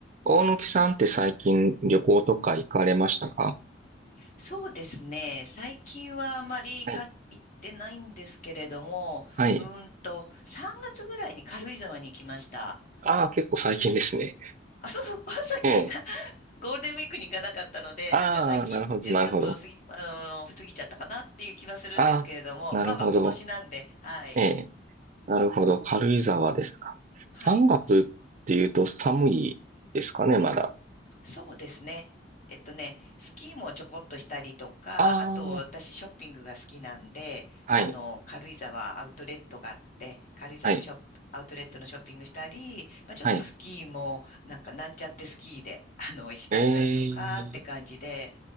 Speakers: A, on the right (about 40°); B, on the left (about 45°).
A: 大貫さんって最近旅行とか行かれましたか
B: そうですね。最近はあまりか行ってないんですけれども、
A: はい。はい。
B: うーんと、3月ぐらいに軽井沢に行きました。
A: ああ、結構最近ですね。
B: あ、そうそう、<laughs> さっき
A: ええ。
B: <laughs> ゴールデンウィークに行かなかったので、
A: ああ、
B: なんか最近、
A: なるほど、
B: ちょ、
A: なるほど。
B: ちょっと過ぎ、あのー過ぎちゃったかなっていう気はするんですけれども、
A: ああ、なるほど。
B: まあまあ今年なんで、はい。
A: ええ。なるほど。軽井沢ですか。
B: はい。
A: 3月っていうと寒いですかね、
B: うん。
A: まだ。
B: そうですね。えっとね、スキーもちょこっとしたりとか、
A: ああ、
B: あと私ショッピングが好きなんで、
A: はい、
B: あの、軽井沢アウトレットがあって、軽井沢でショップ、
A: はい、
B: アウトレットのショッピングしたり、まあ、ちょっとスキーも、
A: はい。
B: なんかなんちゃってスキーで、あの、いやったりとかって感じで、
A: ええ、